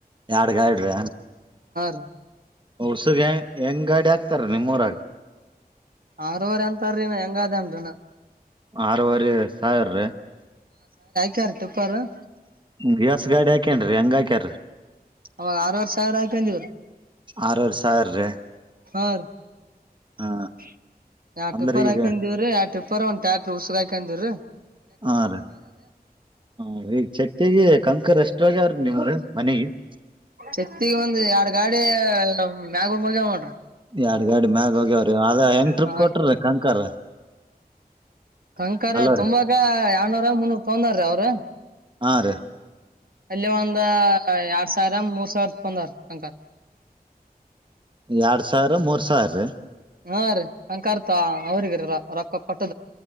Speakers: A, on the right (about 30°); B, on the right (about 65°).
A: ಎರಡ್, ಗಾಡ್ರಿ!
B: ರೀ
A: ಹೊಸುಗೆ, ಹೆಂಗ್ ಗಾಡಿ ಆಗ್ತಾರೆ? <inaudible> ನಿಮ್ಮರಾಗಿ! <inaudible>
B: ಆರವರೆ, ಅಂತಾರೀ, ನಾನು, ಹೆಂಗ ಅದೇನ್ರಿನ? <inaudible>
A: ಆರವರೆ, ಸಾವಿರ ರೀ! <inaudible>
B: ಕೆರಟುಪಲ್ಲೂ. <inaudible>
A: ಗ್ಯಾಸ್, ಗಾಡಿ ಹಾಕೇನ್ರಿ, ಹಂಗುಅಕೋನೂರಿ. <inaudible>
B: ಅವಾ, ಆರವರೆ ಸಾವಿರ ಅಕಾನ್ಡ್ಯೂಡಿವಿರಿ. <inaudible>
A: ಆರೂವರೆ, ಸಾವಿರ ರೀ! <inaudible>
B: ಹ, ರಿ.
A: ಹ
B: <inaudible> ಎರಡು,
A: ಅಂದ್ರ
B: ಟಿಪಾರ,
A: ಈಗ
B: ಅಕೊಂಡುಇಧಿವಿರಿ ಎರಡು ಟಿಪ್ಪರ, ಒಂದುತಿಪೇರ್,, ಉಸಗು, ಅಕೊಂಡುವರಿ. <inaudible>
A: ಹಾ, ರೀ, ಹ ಈಗ ಚತ್ತಗೆ ಕಂಕರ್, ಎಸ್ಟು, ಹೇಳೋರೇ, ನಿನ್ಗೆ. <inaudible> ಮನೆಗೆ? <inaudible>
B: ಚೆತ್ತಿಗೆ, ಒಂದು, ಎರಡು ಗಾಡಿ, ಮ್ಯಾಗ ಮೈಗ, ಮದುವೆಮಾಡು. <inaudible>
A: ಎರಡ್, ಗಾಡಿ, ಮ್ಯಾಗ ಹೋಗ್ಯವ್ರಿ! ಅದ ಹೆಂಗ ಟ್ರಿಪ್,
B: ಹಾ
A: ಕೊಟ್ರೀ ಕಂಕ. <inaudible>
B: ಕಂಕರ,
A: ಅಲ್ಲರಿ
B: ತುಂಬಾಗ, ಎರ್ನೂರ! ಮುನ್ನೂರ್ ತೊಗೊಂಡಾರೀ, ಅವ್ರ. <inaudible>
A: ಹಾ, ರೀ. <inaudible>
B: ಅಲ್ಲಿ, ಒಂದು, ಎರಡು, ಸಾವಿರ ಮೂರು ಸಾವಿರ, ತಗೊಂಡವರುರಿ, ಕಂಕ. <inaudible>
A: ಎರಡ್, ಸಾವಿರ, ಮೂರ್ ಸಾವಿರೀ? <inaudible>
B: ಹಾ, ರೀ, ಕಂಕತ ಅವ್ರಗ್ರ! ರೊಕ್ಕ ಕೊಟ್.